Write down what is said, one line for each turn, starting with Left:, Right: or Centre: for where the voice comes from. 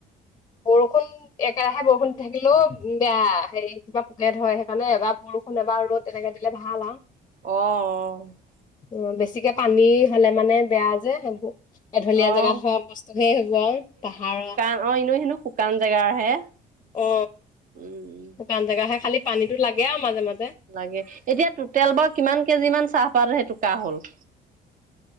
Left: বৰষুণ একেৰাহে বৰষুণ দি থাকিলেও বেয়া। হেৰি কিবা পোকে ধৰে, সেইকাৰণে এবাৰ বৰষুণ এবাৰ ৰ'দ তেনেকে দিলে ভাল আৰু।
Right: অ' অঁ।
Left: অঁ বেছিকে পানী হলে মানে বেয়া যে সেইবোৰ। এঢলীয়া
Right: অ', অ'।
Left: জেগাত হোৱা বস্তুহে সেইবোৰ আৰু পাহাৰিয়া।
Right: অঁ এনেও হেনো শুকান জেগা হে।
Left: অ
Right: উম উম।
Left: শুকান জেগাহে খাল পানীতো লাগে আউ মাজে মাজে
Right: লাগে এতিয়া তোতেল বাৰু কিমান কেজি মান চাহপাত সেইটোকা হ'ল